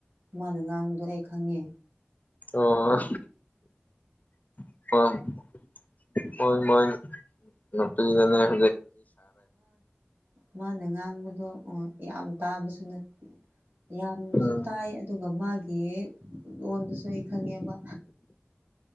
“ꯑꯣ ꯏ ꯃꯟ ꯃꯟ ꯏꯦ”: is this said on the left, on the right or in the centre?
Left